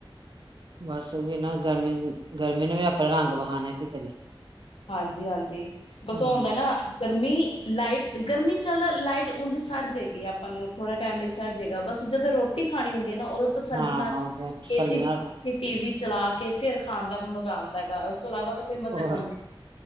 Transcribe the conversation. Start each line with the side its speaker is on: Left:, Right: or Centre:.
Right: ਬਸ ਓਹੀ ਨਾ ਇਹਨਾਂ ਗਰਮੀ ਗਰਮੀ ਨੂੰ ਵੀ ਆਪਣਾ ਰੰਗ ਵਖਾਨੇ। ਕੀ ਕਰੀਏ?
Left: ਹਾਂਜੀ, ਹਾਂਜੀ। ਬਸ
Right: ਹੂੰ,
Left: ਹੁੰਦਾ ਨਾ ਗਰਮੀ। ਲਾਈਟ ਗਰਮੀ ਚੱਲ ਲਾਈਟ ਉਂਝ ਸਰ ਜਾਏਗੀ ਆਪਾਂ ਨੂੰ ਥੋੜਾ ਟਾਈਮ ਲਈ ਸਰ ਜਾਏਗਾ। ਬਸ ਜਦੋਂ ਰੋਟੀ ਖਾਣੀ ਹੁੰਦੀ ਨਾ ਉਦੋਂ ਤਸੱਲੀ
Right: ਹਾਂ
Left: ਨਾਲ
Right: ਉਹ ਤਾਂ
Left: ਏ
Right: ਥੱਲੇ
Left: ਸੀ
Right: ਨਾਲ
Left: ਚ ਟੀ ਵੀ ਚਲਾ ਕੇ ਫਿਰ ਖਾਣ ਦਾ ਮਜ਼ਾ ਆਂਦਾ ਹੈਗਾ। ਉਸ ਤੋਂ ਇਲਾਵਾ ਕੋਈ ਮਜ਼ਾ
Right: ਹੋਰ
Left: ਕੌਣ